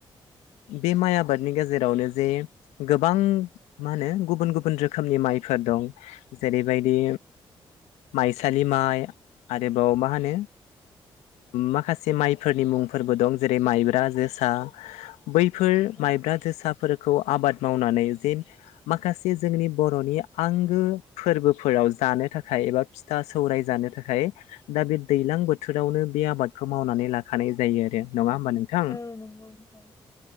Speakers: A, on the left (about 85°); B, on the left (about 25°).
A: <inaudible> बे माइ आबादनि गेजेरावनो जे गोबां मा होनो गुबुन गुबुन रोखोमनि माइफोर दं जेरैबायदि माइसालि माइ आरोबाव मा होनो माखासे माइफोरनि मुंफोरबो दं जेरै माइब्रा जोसा बैफोर
B: औ
A: माइब्रा जोसाब फोरखौ आबाद मावनानै जे माखासे जोंनि बर'नि आंगो फोरबोफोराव जानो थाखाय एबा फिथा सौराय जानो थाखाय दा बे दैलां बोथोरावनो बे आबादखौ मावनानै लाख जायो आरो नङा होनबा नोंथां
B: औ नंगौ नोंथां।